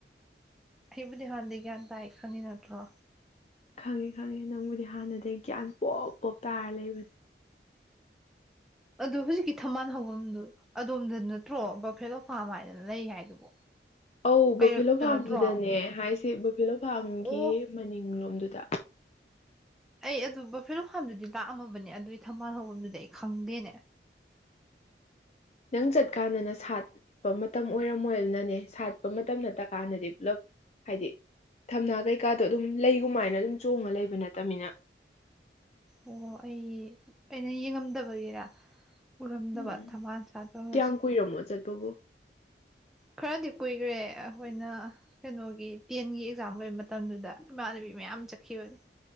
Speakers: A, in the centre; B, on the left.
A: ꯑꯩꯕꯨꯗꯤ ꯍꯥꯟꯗꯤ ꯒ꯭ꯌꯥꯟ ꯇꯥꯏ ꯈꯪꯉꯤ ꯅꯠꯇ꯭ꯔꯣ?
B: ꯈꯪꯉꯦ- ꯈꯪꯉꯦ ꯅꯪꯕꯨꯗꯤ ꯍꯥꯟꯅꯗꯤ ꯒ꯭ꯌꯥꯟ ꯄꯣꯞ - ꯄꯣꯞ ꯇꯥꯔ ꯂꯩꯕꯅꯦ꯫
A: ꯑꯗꯨ ꯍꯧꯖꯤꯛꯀꯤ ꯊꯝꯕꯥꯜ ꯍꯐꯝꯗꯨ ꯑꯗꯣꯝꯗ ꯅꯠꯇ꯭ꯔꯣ ꯕꯐꯦꯂꯣ ꯐꯥꯝ ꯍꯥꯏꯗꯅ ꯂꯩ ꯍꯥꯏꯗꯨꯕꯣ꯫
B: ꯑ
A: ꯀꯩꯔꯛꯇ
B: ꯕꯐꯦꯂꯣ ꯐꯥꯔꯝꯗꯨꯗꯅꯦ
A: ꯅꯠꯇ꯭ꯔꯣ
B: ꯍꯥꯏꯁꯦ ꯚꯤꯂꯣ ꯐꯥꯝꯒꯤ
A: ꯑꯣ
B: ꯃꯅꯤꯡꯂꯣꯝꯗꯨ <inaudible>
A: ꯑꯩ ꯑꯗꯨ ꯐꯤꯔꯣꯝ ꯐꯥꯝꯗꯨꯗꯤ ꯂꯥꯛꯑꯝꯃꯕꯅꯦ ꯑꯗꯨꯒꯤ ꯊꯧꯕꯥꯜ ꯍꯐꯝꯗꯨꯗꯤ ꯑꯩ ꯈꯪꯗꯦꯅꯦ
B: ꯈꯤꯇꯪ ꯆꯠꯀꯥꯟꯗꯅ ꯁꯥꯠꯄ ꯃꯇꯝ ꯑꯣꯏꯔꯝꯃꯣꯏꯅꯅꯦ ꯁꯥꯠꯄ ꯃꯇꯝ ꯅꯠꯇ ꯀꯥꯟꯗꯗꯤ ꯄꯨꯂꯞ ꯍꯥꯏꯗꯤ ꯊꯝꯅꯥ ꯀꯩꯀꯥꯗꯣ ꯑꯗꯨꯝ ꯂꯩꯒꯨꯝꯃꯥꯏꯅ ꯑꯗꯨꯝ ꯆꯣꯡꯉ ꯂꯩꯕ ꯅꯠꯇꯕꯅꯤꯅ
A: ꯑꯣ ꯑꯩ ꯑꯩꯅ ꯌꯦꯡꯉꯝꯗꯕꯒꯤꯔ ꯑꯣꯔꯍꯗꯕꯥꯗ
B: ꯎꯝ
A: ꯊꯃꯥꯟ ꯆꯥꯗ ꯍꯧꯁꯦ
B: ꯀꯌꯥꯝ ꯀꯨꯏꯔꯝꯃꯣ ꯆꯠꯄꯕꯨ
A: ꯈꯔꯗꯤ ꯀꯨꯏꯈ꯭ꯔꯦ ꯑꯩꯈꯣꯏꯅ ꯀꯩꯅꯣꯒꯤ ꯇꯦꯟꯒꯤ ꯑꯦꯛꯖꯥꯝ ꯂꯣꯏꯕ ꯃꯇꯝꯗꯨꯗ ꯏꯃꯥꯟꯅꯕꯤ ꯃꯌꯥꯝ ꯆꯠꯈꯤꯕꯅꯤ